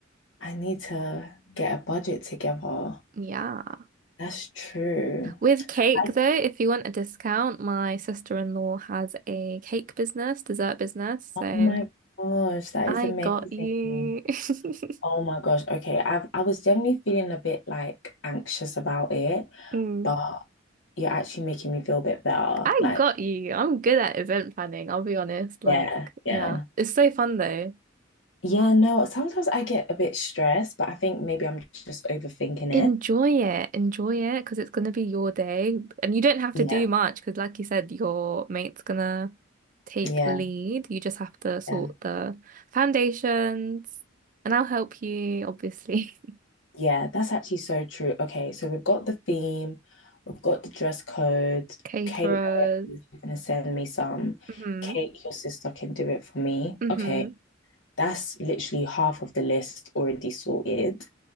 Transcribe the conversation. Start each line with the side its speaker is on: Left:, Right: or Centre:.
Left: I need to get a budget together.
Right: Yeah.
Left: That's true.
Right: With cake,
Left: I,
Right: though, if you want a discount, my sister-in-law has a cake business, dessert business.
Left: oh
Right: So
Left: my gosh, that
Right: I
Left: is amazing.
Right: got you. <laughs>
Left: Oh my gosh. Okay, I've I was generally feeling a bit like anxious about it,
Right: Mm.
Left: but you're actually making me feel a bit better.
Right: I
Left: Like,
Right: got you. I'm good at event planning, I'll be honest.
Left: yeah,
Right: Like, yeah,
Left: yeah.
Right: it's so fun though.
Left: Yeah, no, sometimes I get a bit stressed, but I think maybe I'm just overthinking
Right: Enjoy
Left: it.
Right: it. Enjoy it because it's going to be your day and you don't have
Left: Yeah,
Right: to do much because, like you said, your mate's gonna take
Left: yeah,
Right: lead. You just have to sort
Left: yeah.
Right: the foundations and I'll help you, obviously.
Left: Yeah, that's actually so true. Okay, so we've got the theme, we've got the dress code.
Right: <laughs> Caterers.
Left: Kate is gonna send me some.
Right: Mm-hmm.
Left: Kate, your sister can do it for me.
Right: Mm-hmm.
Left: Okay, that's literally half of the list already sorted.